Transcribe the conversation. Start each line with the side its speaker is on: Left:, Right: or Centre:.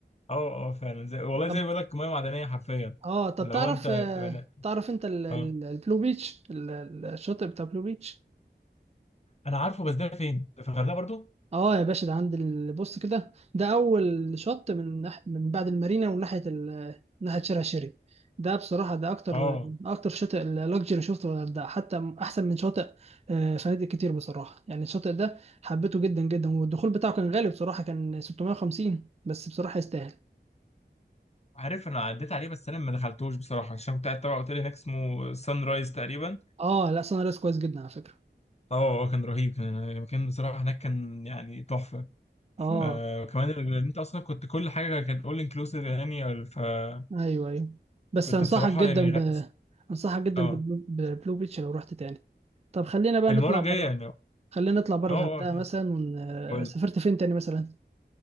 Left: اه اه فعلا زي والله
Right: طب
Left: زي ما بيقول لك ميه معدنيه حرفيا
Right: اه طب
Left: لو
Right: تعرف
Left: انت
Right: آه،
Left: بتبقى-
Right: تعرف انت ال- ال-
Left: اه
Right: البلو بيتش ال- ال- الشاطئ بتاع بلو بيتش
Left: انا عارفه بس ده فين ده في الغردقه برضو
Right: اه يا باشا ده عند ال- بص كده ده اول شط من ناح... من بعد المارينا وناحيه ال... ناحيه شارع شيري ده بصراحه ده اكتر
Left: اه
Right: اكتر شاطئ لاكجري شفته في الغردقه حتى احسن من شاطئ آه، فنادق كتير بصراحه يعني الشاطئ ده حبيته جدا جدا والدخول بتاعه كان غالي بصراحه كان 650 بس بصراحه يستاهل
Left: عارف انا عديت عليه بس انا ما دخلتوش بصراحه عشان كنت قاعد تبع اوتيل هناك اسمه سان رايز تقريبا
Right: اه لا سان ريس كويس جدا على فكره
Left: اه آه، كان رهيب كان المكان بصراحة هناك كان يعني تحفة فكمان
Right: اه
Left: ال- انت اصلا كنت كل حاجة كانت اول انكلوسيف يعني ال- فكنت
Right: ايوه ايوه بس
Left: بصراحة
Right: انصحك جدا
Left: يعني غ...
Right: ب انصحك جدا
Left: اه
Right: بالبلو بالبلو بيتش لو رحت تاني طب خلينا بقى
Left: المرة
Right: نطلع
Left: الجاية
Right: بره
Left: يعني اه
Right: خلينا نطلع بره
Left: اه
Right: الغردقه
Left: اكيد
Right: مثلا ون... آه،
Left: قول
Right: سافرت
Left: لي.
Right: فين تاني مثلا